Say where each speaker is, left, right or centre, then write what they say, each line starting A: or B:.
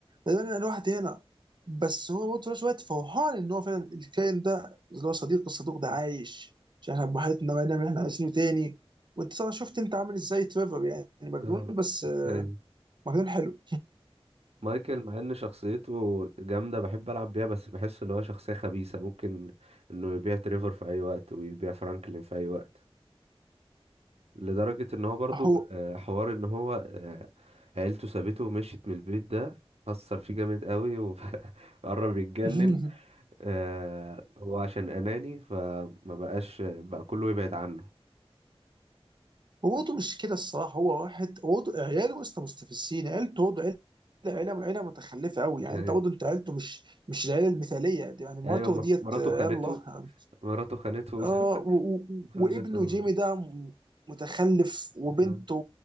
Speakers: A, on the right (about 50°); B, on the right (about 85°).
A: بدل انا لوحدي هنا بس هو برضه في نفس الوقت فرحان ان هو فعلا الكائن ده اللي هو صديق الصدوق
B: مم.
A: ده عايش عشان احنا بوحدنا ونعمل اللي احنا عايزينه تاني وانت طبعا شفت انت عامل ازاي تريفر يعني مجنون
B: اه
A: بس
B: هي
A: مجنون حلو
B: مايكل مع ان شخصيته جامده بحب العب بيها بس بحس اللي هو شخصيه خبيثه ممكن انه يبيع تريفور في اي وقت ويبيع فرانكلين في اي وقت لدرجة ان هو برضو
A: <laughs> هو
B: آه، حوار ان هو آه، عيلته سابته ومشيت من البيت ده أثر فيه جامد قوي وقرب <laughs> يتجنن
A: <laughs>
B: آه، هو عشان أناني فما بقاش بقى كله يبعد عنه
A: وضو مش كده الصراحه هو واحد وضو عياله وسط مستفزين عيلته وضو عيله عيله عيله متخلفه قوي يعني
B: أيوة
A: انت وضو انت عيلته مش مش العيله المثاليه دي يعني مراته
B: أيوة، مر-
A: ديت
B: مراته
A: آه،
B: خانته
A: يلا
B: مراته خانته <laughs>
A: اه و- و-
B: وفضلت
A: وابنه
B: موجودة
A: جيمي ده م- متخلف وبنته
B: آه،